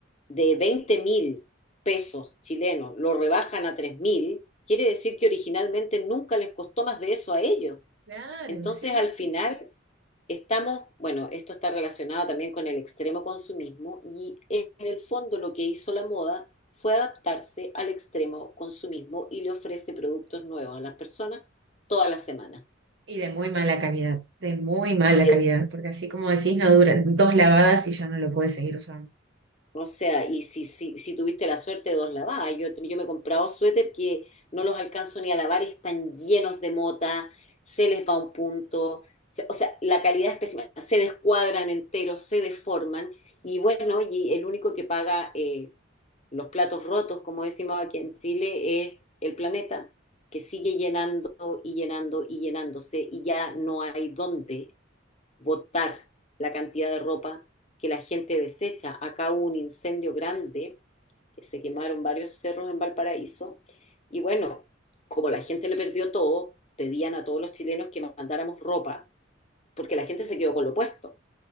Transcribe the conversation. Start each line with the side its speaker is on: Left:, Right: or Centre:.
Left: de veinte mil pesos chilenos, lo rebajan a tres mil, quiere decir que originalmente nunca les costó más de eso a ellos.
Right: Claro,
Left: Entonces,
Right: sí,
Left: al
Right: sí,
Left: final,
Right: sí.
Left: estamos, bueno, esto está relacionado también con el extremo consumismo y en el fondo lo que hizo la moda fue adaptarse al extremo consumismo y le ofrece productos nuevos a las personas todas las semanas,
Right: Y de muy mala calidad, de muy mala
Left: de
Right: calidad, porque así como decís, no duran dos lavadas y ya no lo puedes seguir usando.
Left: O sea, y si, si, si tuviste la suerte, de dos lavadas. Yo, yo me he comprado suéter que no los alcanzo ni a lavar, y están llenos de mota, se les va un punto, se- o sea, la calidad es pésima, se descuadran enteros, se deforman, y bueno, y el único que paga eh, los platos rotos, como decimos aquí en Chile, es el planeta, que sigue llenando y llenando y llenándose, y ya no hay dónde votar la cantidad de ropa que la gente desecha. Acá hubo un incendio grande, que se quemaron varios cerros en Valparaíso, y bueno, como la gente le perdió todo, pedían a todos los chilenos que mandáramos ropa, porque la gente se quedó con lo puesto.